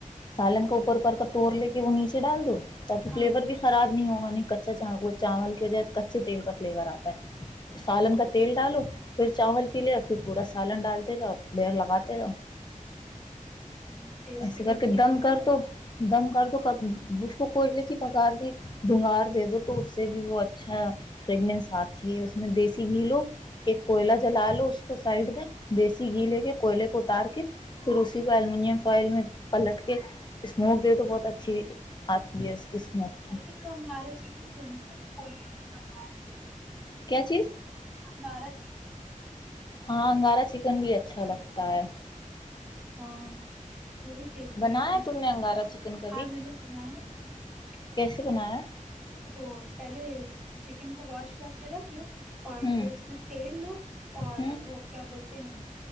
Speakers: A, on the left; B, in the centre.
A: سال اوپر اوپ کا توڑ ل کے وہ نیچے ڈال دو تاکہ فلیور
B: ہاں ہاں
A: بھی خراب نہیں ہوگا کا وہ چاول کی وجائے کچے تیل کا فلیور آتا ہے تو سالن کا تیل ڈالو پھر چاول کے لیے پھر پورا سالن ڈالتے جاؤ بیڑ لگاتے جاؤ
B: ہاں ٹیسٹی
A: ایسے کر
B: بنتی
A: کے دم
B: ہوگی
A: کر تو دم کر دو کب اس کو کوئلے کی پگار بھی دھونگھار دے دو تو اس سے بھی وہ اچھا فریگنس آتی ہے اس میں دیسی گھی لو ایک کوئلہ جلا لو اس کو سائڈ میں دیسی گھی لے کے کوئلے کو اتار کے پھر اسی کو الومینم فائل میں پلٹ کے اسموو دے دو بہت اچھی آتی ہے اس کی اسموک کی
B: ایسے تو انگارہ چکن بھی بنتا ہےا کوئل کے پار ج
A: کیا چیز
B: گاراج
A: ہاں انگارا چکن بھی اچھا لگتا ہے
B: ہاں وہ بھی ٹیسٹی
A: بنایا
B: رہتا ہے
A: تم نے انگارا چکن کبھی
B: ہاں میں نے بنایا ہے
A: اس بنایا
B: وہ پہلے چکن کو واش کر رکھ لو اور
A: ہوں
B: پھر اس میں تیل لو اور
A: ہوں
B: وہ کیا بولتے ہیں